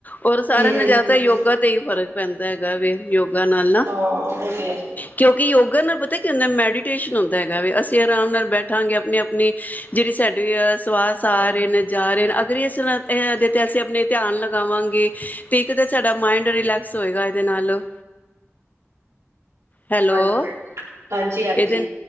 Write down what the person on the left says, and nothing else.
ਔਰ ਸਾਰਿਆਂ
ਨੂੰ ਜ਼ਿਆਦਾਤਰ
ਯੋਗਾ ਤੇ ਹੀ ਫ਼ਰਕ ਪੈਂਦਾ ਹੈਗਾ ਵੈ। ਯੋਗ ਨਾਲ ਨਾ
ਕਿਉਂਕਿ ਯੋਗਾ ਨਾਲ ਪਤਾ ਕੀ ਹੁੰਦਾ ਮੈਡੀਟੇਸ਼ਨ ਹੁੰਦਾ ਹੈਗਾ ਵੈ ਅਸੀਂ ਆਰਾਮ ਨਾਲ ਬੈ ਠਾਂਗੇ ਆਪਣੀ ਆਪਣੀ ਜਿਹੜੀ ਸਾਡੀ ਸਵਾਸ ਆ
ਰਹੇ ਨੇ ਜਾ ਰਹੇ ਅਗਰ ਇਸ ਇਹਦੇ ਤੇ ਅਸੀਂ ਆਪਣੇ ਧਿਆਨ ਲਗਾਵਾਂਗੇ ਤੇ ਇੱਕ ਤੇ ਸਾਡਾ ਮਾਇੰਡ ਰਿਲੈਕਸ ਹੋਏਗਾ ਇਹਦੇ ਨਾਲ। ਹੈਲੋ,
ਇਹਦੇ